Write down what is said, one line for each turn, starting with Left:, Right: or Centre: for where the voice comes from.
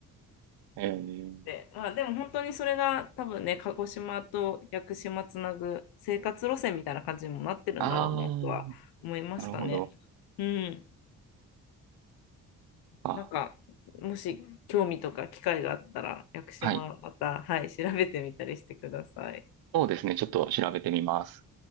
Right: えー
Left: で、まあ、でも本当にそれが多分ね、鹿児島と屋久島つなぐ生活路線みたいな感じにもなってるんだろうなとは思いましたね。
Right: ああ、なるほど。
Left: うん。
Right: あ、
Left: なんか、もし興味とか機会があったら、屋久島また、
Right: はい。
Left: はい、調べてみたりしてください。
Right: そうですね。ちょっと調べてみます。